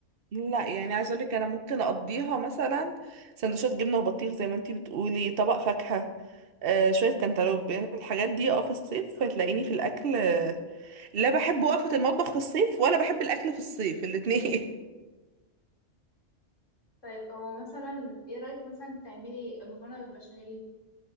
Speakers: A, on the right; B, on the left.
A: لا يعني عايزه اقول لك انا ممكن اقضيها مثلا سندوتشات جبنه وبطيخ زي ما انتي بتقولي طبق فاكهه آه شويه كانتالوب
B: ايوه
A: يعني في الحاجات دي اه في الصيف هتلاقيني في الاكل آه، لا بحب وقفه المطبخ في الصيف ولا بحب الاكل في الصيف الاتنين <laughs>
B: طيب هو مثلا ايه رايك مثلا تعملي مكرونه بالبشاميل